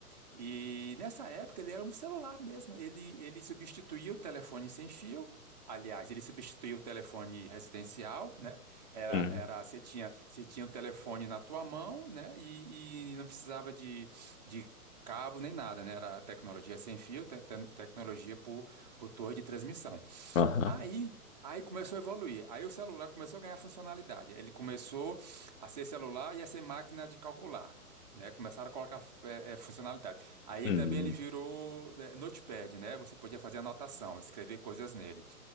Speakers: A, on the right (about 30°); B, on the left (about 55°).
A: E nessa época ele era um celular mesmo. Ele, ele substituía o telefone sem fio. Aliás, ele substituía o telefone residencial, né? Era,
B: Hum,
A: era, você tinha, você tinha o telefone na tua mão, né? E, e não precisava de, de cabo nem nada, né? Era tecnologia sem fio, te- te- tecnologia por, por torre de transmissão.
B: aham.
A: Aí, aí começou a evoluir. Aí o celular começou a ganhar funcionalidade. Ele começou a ser celular e a ser máquina de calcular. Né, começaram a colocar eh, eh, funcionalidade. Aí
B: Hum,
A: também ele virou eh, Notepad, né? Você podia fazer anotação, escrever coisas nele.